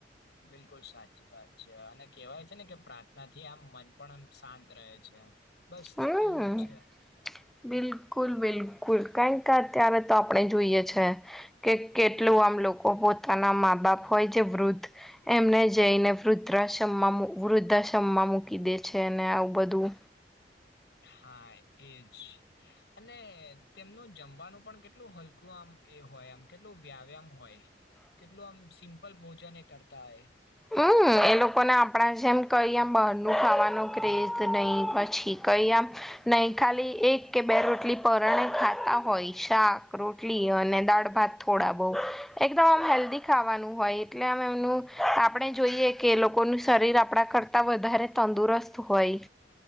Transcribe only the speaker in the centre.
હમ
બિલકુલ બિલકુલ કઈક અત્યારે તો આપણે જોઈએ છે કે કેટલું આમ લોકો પોતાના મા બાપ હોય જે વૃદ્ધ એમને જઈને વૃદ્ધાશ્રમમાં વૃદ્ધાશ્રમમાં મૂકી દે છે અને આવું બધું
હમ એ લોકોને આપણા જેમ કહી આમ બહારનું ખાવાનો ક્રેઝ નહી પછી કહી આમ નહી ખાલી એક કે બે રોટલી પરણે ખાતા હોય શાક રોટલી અને દાળ ભાત થોડા બહ એકદમ આમ હેલ્ધી ખાવાનું હોય એટલે આમ એમનું આપણે જોઈએ કે લોકોનું શરીર આપણા કરતાં વધારે તંદુરસ્ત હોય